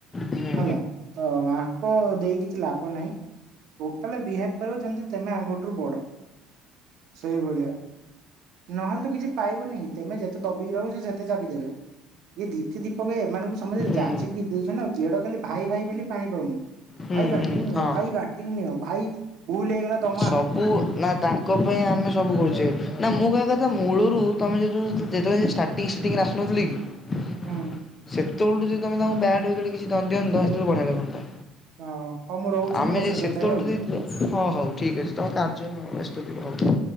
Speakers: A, on the left; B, on the right.
A: ହୁଁ
B: ହେଲା ତ ଆଙ୍କ ଦେଇ କିଛି ଲାଭ ନାହିଁ ଟୋଟାଲ ବିହେଭ କରିବ ଯେମୀତି ତମେ ଆଙ୍କଠୁ ବଡ ସେଇଭଳିଆ ନହେଲେ ତ କିଛି ପାଇବନି ହେ ତମେ ଯେତେ ତ ଦବିକି ରହିବ ସେତେ ଚାପି ଦେବେ ଇଏ ଦିତି ଦୀପକ ଏମାନଙ୍କୁ ସମସ୍ତେ
A: ହୁଁ
B: ଯାଚିକି ଦଉଛନ୍ତି ଗେଡ ଖାଲି ଭାଇ ଭାଇ ବୋଲି ପାଣି ପାଉନି
A: ହୁଁ
B: ଭାଇ ବାଟିଂ
A: ହୁଁ
B: ନିଅ
A: ହଁ।
B: ଭାଇ ବାଟିଂ ନିଅ ଭାଇ ଭୁଲ ହେଇଗଲା ତ
A: ସବୁ ନା ତାଙ୍କ ପାଇଁ ଆମେ ସବୁ କରୁଛେ ନା ମୁଁ କହିବା କଥା ମୂଳରୁ ତମେ ଯଦି ଉ ଯେତେବେଳେ ସେ ଷ୍ଟାର୍ଟିଂ ଟିଂରେ ଆସୁନଥିଲ କି
B: ହୁଁ
A: ସେତେବେଳ ଠୁ ଯଦି ତମେ ତା ବ୍ୟାଟ୍ ୱିକେଟ୍ କିଛି ଧଦିଅନ୍ତ ସେତେବେଳେ ବଢିଆ ଲାଗନ୍ତା
B: ଓ ହଉ ମୁଁ ରହୁଛି
A: ଆମେ
B: ମୁଁ ପଛରେ
A: ସେତେବେଳଠୁ
B: କଥା ହେବି ଆଉ
A: ଦେଇଥିଲେ ହଁ ହଉ ଠିକ୍ ଅଛି ତମ କାର୍ଯ୍ୟ ବ୍ୟସ୍ତ ଥିବ ହଉ